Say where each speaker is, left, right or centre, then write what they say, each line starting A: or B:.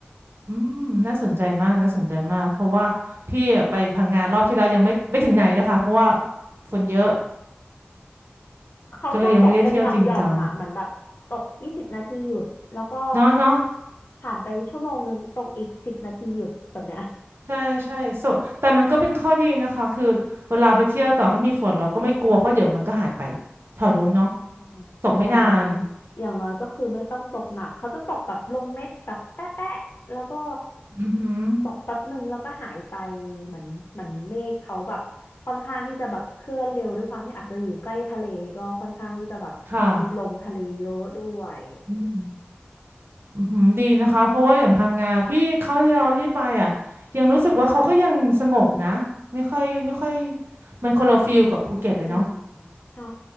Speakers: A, on the right; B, on the left.
A: อืมน่าสนใจมากน่าสนใจมากเพราะว่าพี่อะไปพังงานรอบที่แล้วยังไม่ไม่ถึงไหนนะคะเพราะว่าฝนเยอะ
B: ๆเขาชอบตกเป็นหย่อมหย่อมอ่ะเหมือนแบบตกยี่สิบนาทีหยุดแล้วก็
A: ก็เลยยังไม่ได้เที่ยวจริงจังเนาะเนาะ
B: ผ่านไปชั่วโมงนึงตกอีกสิบนาทีหยุดแบบเนี้ย
A: ใช่ใช่ส่วนแต่มันก็เป็นข้อดีนะคะคือเวลาไปเที่ยวต่อให้มีฝนเราก็ไม่กลัวเพราะเดี๋ยวมันก็หายไปแถวนู้นเนาะ
B: อืมอย่างน้อย
A: ตกไม่นาน
B: อย่างน้อยก็คือไม่ต้องตกหนักเขาจะตกแบบลงเม็ดแบบแป๊ะแป๊ะแล้วก็
A: อือหือ
B: ตกแป๊บหนึ่งแล้วก็หายไปเหมือนเหมือนเมฆเขาแบบค่อนข้างที่จะแบบเคลื่อนเร็วด้วยความที่อาจจะอยู่ใกล้ทะเลก็ค่อนข้างที่จะแบบมีลมทะเลเยอะด้วย
A: ค่ะอืมอือหือดีนะคะ เพราะว่าอย่างพังงาพี่เขาที่เราที่ไปอ่ะยังรู้สึกว่าเขาก็ยังสงบนะไม่ค่อยไม่ค่อยมันคนละฟีลกับภูเก็ตเลยเนาะ
B: อืมใช่